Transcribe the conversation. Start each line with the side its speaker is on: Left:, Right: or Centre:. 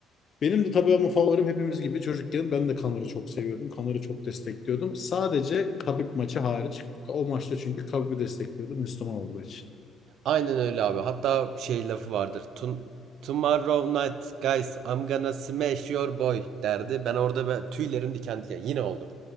Left: Benim de tabii ama favorim hepimiz gibi çocukken ben de Kanar'ı çok seviyordum. Kanar'ı çok destekliyordum. Sadece Kabip maçı hariç. O maçta çünkü Kabip'i destekliyordum Müslüman olduğu için.
Right: Aynen öyle abi. Hatta şey lafı vardır. Tun Tomorrow night guys I'm gonna smash your boy derdi. Ben orada ben, tüylerim diken diken. Yine oldu.